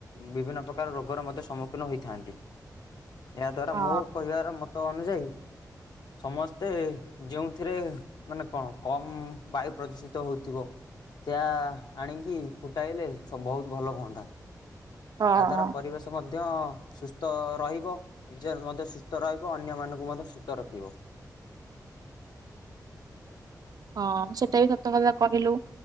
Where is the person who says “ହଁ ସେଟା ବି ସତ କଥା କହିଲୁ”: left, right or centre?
Right